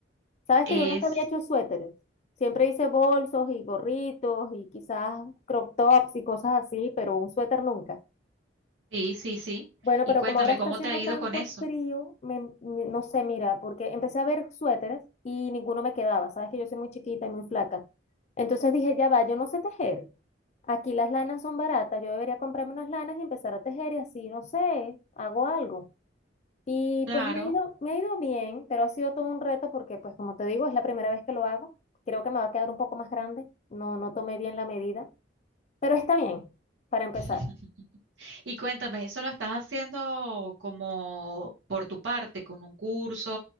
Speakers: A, on the left; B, on the right.
A: Sabes
B: Es,
A: que yo nunca había hecho suéteres. Siempre hice bolsos y gorritos y quizás crop tops y cosas así, pero un suéter nunca.
B: sí, sí, sí.
A: Bueno,
B: Y
A: pero
B: cuéntame,
A: como ahora está
B: ¿cómo
A: haciendo
B: te ha ido
A: tanto
B: con eso?
A: frío, me- me- no sé, mira, porque empecé a ver suéteres y ninguno me quedaba. Sabes que yo soy muy chiquita y muy flaca. Entonces dije, ya va, yo no sé tejer. Aquí las lanas son baratas, yo debería comprarme unas lanas y empezar a tejer y así, no sé, hago algo. Y
B: Claro.
A: pues me ha ido, me ha ido bien, pero ha sido todo un reto porque, pues como te digo, es la primera vez que lo hago. Creo que me va a quedar un poco más grande. No, no tomé bien la medida, pero está bien para empezar.
B: <laughs> Y cuéntame, ¿eso lo estás haciendo como por tu parte, con un curso